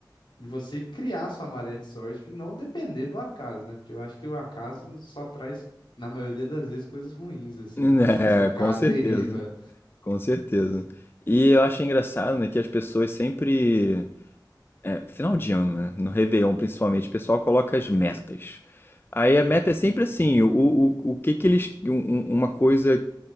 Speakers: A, on the left; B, on the left.
A: de você criar sua maré de sorte e não depender do acaso, né? Porque eu acho que o acaso só traz, na maioria das vezes, coisas ruins, assim,
B: é,
A: tipo assim, você ficar
B: com
A: à
B: certeza,
A: deriva.
B: com certeza. E eu acho engraçado, né, que as pessoas sempre, é, final de ano, né, no Réveillon principalmente, o pessoal coloca as metas. Aí a meta é sempre assim, o, o, o que que eles, um- um- uma coisa